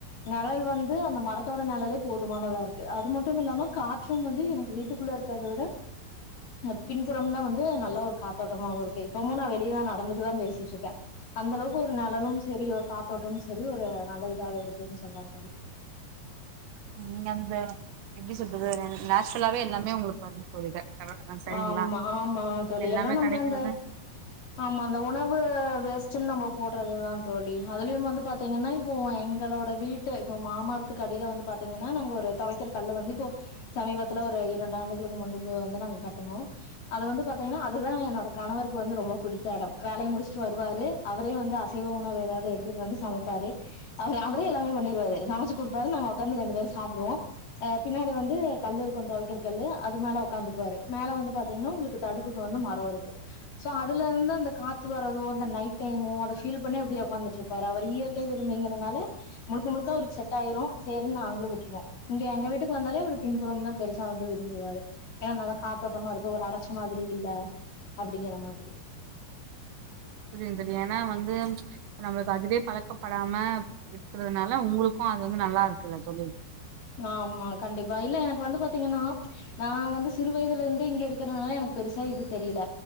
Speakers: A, on the left; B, on the right.
A: நெழல் வந்து அந்த மரத்தோட நெழலே போதுமானதா இருக்கு அது மட்டுமில்லாம கா ற்றும் வந்து எனக்கு வீட்டுக்குள்ள இருக்கற்த விட அ பின்புறம் தா வந்து நல்ல ஒரு காத்தோட்டமாவு இருக்கு இப்பமும் நா வெளியேதா நடந்துட்டுதா பேசிட்ருக்க அந்தளவுக்கு ஒரு நெழலும் செரி ஒரு காத்தோட்டமு செரி ஒரு நல்ல இதாவே இருக்குதுன் சொல்லாம் தோழி
B: நீங்க அந்த எப்டி சொல்றது ந த நேச்சுரலாவே எல்லாமே உங்களுக்கு <unintelligible> கரக்ட்தா சரிங்ளா
A: ஆமா ஆமா தோழி
B: எல்லாமே
A: எல்லா நம்ம
B: கடைக்கிறத்தா
A: அந்த ஆமா அந்த உணவு வேஸ்டுன் நம்ம போட்றதுதா தோழி அதுலியும் வந்து பாத்தீங்கன்னா இப்போ எங்களோட வீட்டு இப்போ மாமாரத்துக்குடியில வந்து பாத்தீங்கன்னா நாங்க ஒரு தொவைக்கிற கல்லு வந்து இப்போ சமீபத்துல ஒரு இரண்டு ஆண்டுகளுக்கு முன்டுபு வந்து நாங்க கட்டுணோ அது வந்து பாத்தீங்கன்னா அதுதா என்னோட கணவருக்கு வந்து ரொம்ப புடிச்ச எடம் வேலைய முடிஷ்ட்டு வருவாரு அவரே வந்து அசைவ உணவு எதாவ்து எடுத்துட்டு வந்து சமைப்பாரு அவரு அவரே எல்லாமே பண்ணிடிவாரு சமச்சு குடுப்பாரு நாங்க உக்காந்து ரெண்டு பேரு சாப்புடுவோ ஆ பின்னடி வந்து கல் இருக்கு தொவைக்கிற கல்லு அது மேல உக்காந்துக்குவாரு மேல வந்து பாத்தீங்ன்னா உங்களுக்கு தடுப்புக்கு வந்து மரோ இருக்கு சோ அது அதுல இருந்து அந்த காத்து வரதோ அந்த நைட் டைமோ அத ஃபீல் பண்ணி அப்டியே உக்காந்துட்ருப்பாரு அவரு இயற்கைய விரும்பிங்கிறனால முழுக்க முழுக்க அவருக்கு செட் ஆயிரு சேரின்னு நாங்களு விட்ருவோ இங்க எங்க வீட்டுக்கு வந்தாலே அவரு பின்புறோம் தா பெருசா வந்து விரும்புவாரு ஏன் நல்ல காத்தோட்டமா இருக்கு ஒரு அடைச்ச மாதிரி இல்ல அப்டிங்கிற மாதிரி
B: புரிந்தது ஏன்னா வந்து நம்மளுக்கு அதுவே பழக்கப்படாம இருக்குறதுனால உங்குளுக்கு அது வந்து நல்லா இருக்குல்ல தோழி
A: ஆமா கண்டிப்பா இல்ல எனக்கு வந்து பாத்தீங்கன்னா நா வந்து சிறு வயதுலருந்தே இங்க இருக்குறனால எனக்கு பெருசா இது தெரியில